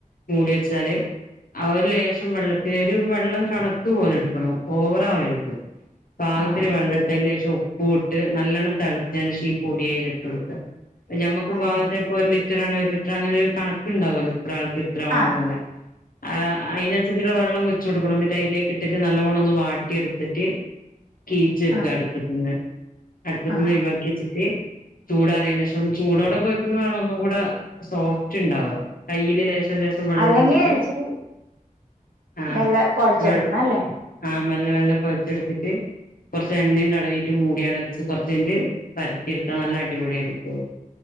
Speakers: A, on the left; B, on the right.
A: മൂടിവെച്ചാല് ആ ഒരു ലേശം വെള്ളത്തി ഒരു വെള്ളം കണക്ക് പോലെയെടുക്കണം ഓവറാവരുത്. പാകത്തിന്
B: ആ
A: വെള്ളെടുത്ത് അയിലേശം ഉപ് ഫൂട്ട് ട്ട് നല്ലോണം തെളച്ചതിന്‌ ശേഷം ഈ പൊടി അതിലിട്ട് കൊടുക്കുക ഞമ്മക്ക്
B: അങ്ങനെ
A: പാകത്തെപ്പൊരിൽ ഒരു ലിറ്റർ ആണേൽ ഒരു ലിറ്റർ അങ്ങനെ ഒരു കണക്കുണ്ടാവും അത് ഇത്ര ആൾക്ക് ഇത്ര വേണോന്നുള്ളെ
B: ആ
A: ആ അയിനനുസരിച്ചുള്ള വെള്ളം വെച്ച് കൊടുക്കണം എന്നിട്ട് അയിലേക്ക് ട്ടിട്ട് നല്ലോണം ഒന്ന് വാ ട്ടിയെടുത്തിട്ട് കീച്ച വെക്കുക
B: ആ
A: അടുപ്പത്തന്ന്. അടുപ്പത്തന്ന്
B: ആ
A: ഒഴുവാക്കി വച്ചിട്ട് ചൂടാറിയേന് ശേഷം ചൂടോടെ കൊഴക്കുന്നതാണ് ഒന്നും കൂടെ സോഫ്റ്റ്ണ്ടാവുക. കയ്യില് ലേശം ലേശം വെള്ളം
B: അല്ലെങ്കിൽ
A: തൊട്ടിട്ട്
B: ഇച്ചിരി
A: ആഹാ
B: മെല്ലെ കുഴച്ചെടുക്കണം
A: വെൾ
B: അല്ലേ
A: ആ <unintelligible> മെല്ലെ മെല്ല കൊഴച്ചെടുത്തിട്ട് കൊറച്ച് എണ്ണേയും തടവീട്ട് മൂടിയവടെ വെ ച്ച് കൊറച്ച് കയിഞ്ഞിട്ട് പരത്തിയെടുത്താ നല്ല അടിപൊളിയായിരിക്കും അത്.